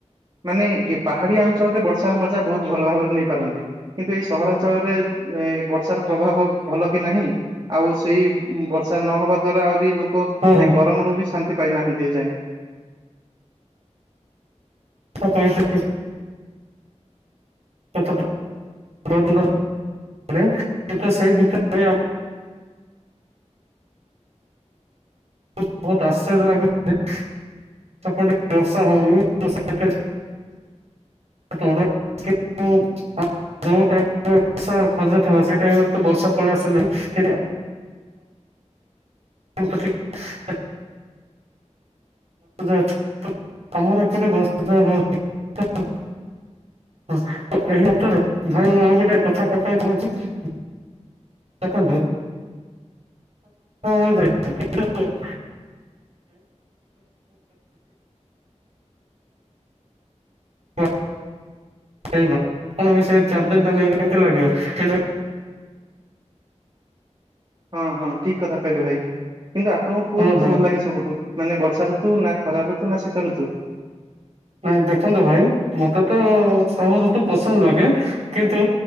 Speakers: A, on the right; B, on the right.
A: ମାନେ ଏ ପାହାଡିଆ ଅଞ୍ଚଳରେ ବର୍ଷାର ମଜା ବହୁତ ଭଲ ଭାବରେ ନେଇ ପାରନ୍ତି। କିନ୍ତୁ ଏଇ ସହରାଞ୍ଚଳରେ ଏ ବର୍ଷାର ପ୍ରଭାବ ଭଲ କି ନାହିଁ। ଆଉ ସେଇ ବର୍ଷା ନହବା ଦ୍ଵାରା ଆହୁରି ଲୋକ
B: ହଁ
A: ସେଇ ଗରମରୁୁ ବି ଶାନ୍ତି ପାଇନାହାନ୍ତି ଏ ଯାଏ।
B: ହଁ କହିଲି ତ ଠିକ। <inaudible> <inaudible> <inaudible> ଯେଉଁ ଟାଇମ ବର୍ଷା ଖୋଜୁଥିବା ସେ ଟାଇମରେ ତ ବର୍ଷା ପଳେଇ ଆସିଲା କିନ୍ତୁ? <inaudible> ବ ଆମର ଏପଟେ <unintelligible> ହଁ ତ ଏହି ମତରେ ଭାଇ ମୁଁ ଆଉ ଗୋଟେ କଥା କଥା କହିବା ପାଇଁ କହୁଛି। ଦେଖନ୍ତୁ। ହଁ ହଁ ଯାଇ <inaudible> ହଁ ହେଇଗଲା ଆପଣ ବି ସେଇ ଚାରି ଦିନଟା ନେଇକି କେମତି ଲାଗିବ କିନ୍ତୁ?
A: ହଁ ହଁ ଠିକ କଥା କହିଲେ ଭାଇ କିନ୍ତୁ ଆପଣଙ୍କୁ କୋଉ
B: ହଁ
A: ଋତୁ
B: ଭାଇ
A: ଭଲ ଲାଗେ ସବୁଠୁ? ମାନେ ବର୍ଷା ଋତୁ ନା ଖରା ଋତୁ ନା ଶୀତ ଋତୁ।
B: ନାଇଁ ଦେଖନ୍ତୁ ଭାଇ ମତେ ତ ସବୁ ଋତୁ ପସନ୍ଦ ଲାଗେ କିନ୍ତୁ